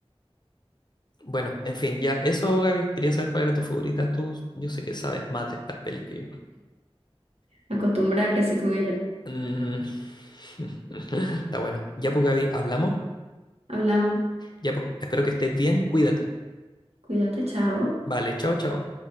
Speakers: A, on the left (about 45°); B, on the right (about 90°).
A: Bueno, en fin, ya eso, Gaby. Quería saber cuál era tu favorita. Tú, yo sé que sabes más de estas pelis que yo.
B: Acostumbrada, crecí con ella.
A: Mm. <laughs> Está bueno. Ya pues, Gaby, hablamos.
B: Hablamos.
A: Ya pues, espero que estés bien. Cuídate.
B: Cuídate, chao.
A: Vale, chao, chao.